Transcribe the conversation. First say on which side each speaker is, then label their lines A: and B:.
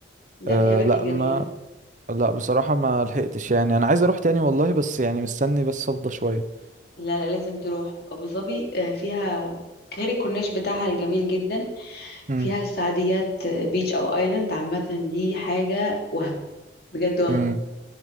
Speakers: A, on the left; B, on the right.
A: ده
B: أه
A: في اماكن
B: لا
A: جميله
B: ما لا بصراحه ما لحقتش يعني انا عايز اروح تاني والله بس يعني مستني بس افضى شويه
A: لا لا لازم تروح ابو ظبي آه، فيها غير الكورنيش بتاعها الجميل جدا
B: امم
A: فيها السعديات آه، بيتش او ايلاند عامه دي حاجه وهم بجد وهم
B: امم